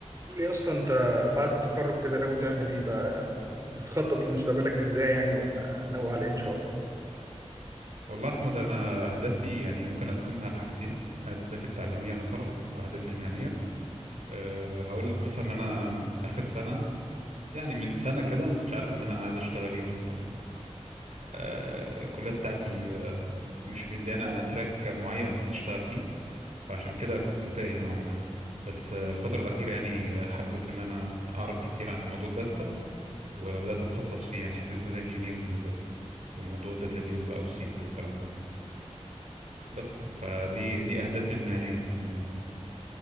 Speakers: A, on the right; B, on the right.
A: قول لي يا اسطى انت بعد التخرج كده ناوي تعمل ايه بقى بتخطط لمستقبلك ازاي يعني ولا ناوي على ايه ان شاء الله
B: والله احمد انا اهدافي يعني ممكن اقسمها لحاجتين اهدافي التعليميه مثلا واهدافي المهنيه أه هقول لك مثلا ان انا اخر سنه يعني من سنه كده انا ما كنتش عارف ان انا عايز اشتغل ايه مثلا أه الكليه بتاعتي أه مش مديانا تراك معين نشتغل فيه فعشان كده كنت تايه نوعا ما بس آه، الفتره الاخيره يعني آه، حبيت ان انا اعرف كتير عن موضوع الداتا وبدات اتخصص فيه يعني حته الداتا انجينيرنج بالذات وموضوع الداتابيز بقى وسيكول والكلام ده بس فدي دي اهدافي المهنيه يعني عموما